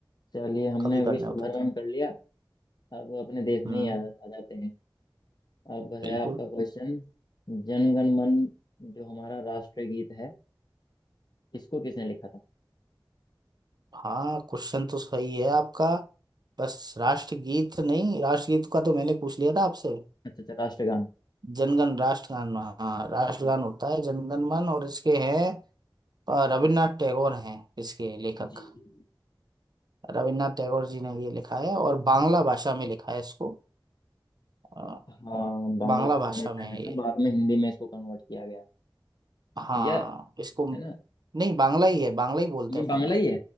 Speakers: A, on the left; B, on the right.
A: चलिए हमने
B: कभी करने
A: विश्व
B: होते
A: भ्रमण
B: तो
A: कर लिया अब अपने देश में
B: हम्म
A: ही आ, आ जाते हैं अब है
B: बिल्कुल
A: आपका क्वेश्चन जनगण मन जो हमारा राष्ट्रीय गीत है इसको किसने लिखा था
B: हाँ क्वेश्चन तो सही है आपका बस राष्ट्रगीत नहीं राष्ट्रगीत का तो मैंने पूछ लिया था आपसे
A: अच्छा अच्छा राष्ट्रगान
B: जनगण राष्ट्रगान हाँ राष्ट्रगान
A: जी
B: होता है जनगण मन और इसके हैं अ, रविन्द्रनाथ टैगोर हैं इसके लेखक
A: जी जी जी
B: रविन्द्रनाथ टैगोर जी ने ये लिखा है और बांग्ला भाषा में लिखा है इसको अ,
A: हाँ बांग्ला
B: बांग्ला
A: भाषा
B: भाषा
A: में ही पहले
B: में है
A: था
B: ये
A: बाद में हिंदी में इसको कन्वर्ट किया गया है
B: हाँ
A: या
B: इसको
A: है ना
B: नहीं बांग्ला ही है बांग्ला ही बोलते
A: ये
B: हैं अपन
A: बांग्ला
B: लोग
A: ही है